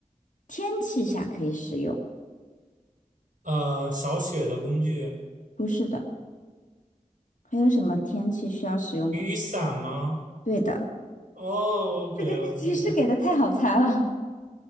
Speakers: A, on the left; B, on the right.
A: 天气下可以使用，
B: 呃，扫雪的工具，
A: 不是的。还有什么天气需要使用过？
B: 雨伞吗？
A: 对的，
B: 哦，OK
A: 这个提示给的太好猜了。
B: OK，